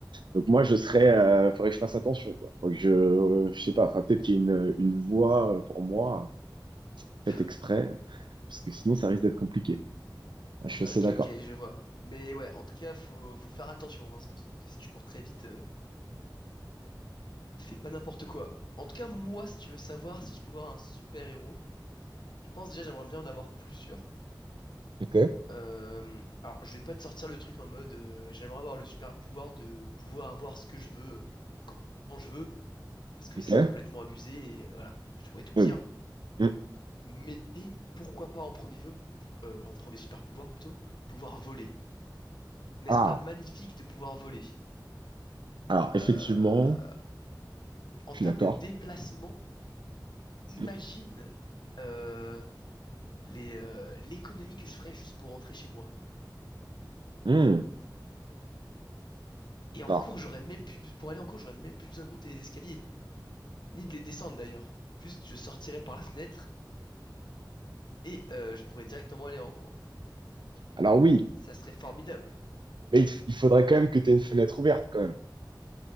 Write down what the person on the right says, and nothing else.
Donc moi, je serais, euh, faudrait que je fasse attention, quoi. Faut que je, euh, je sais pas, enfin peut-être qu'il y a une, une voie euh, pour moi faite
exprès, parce que sinon ça risque d'être compliqué. Ah, Je suis assez
d'accord.
Ok.
Ok?
Mm.
Mm.
Ah,
alors effectivement,
je
suis d'accord.
Mm.
Mm.
Alors,
alors oui,
mais il, il faudrait quand même que tu aies une fenêtre ouverte quand même,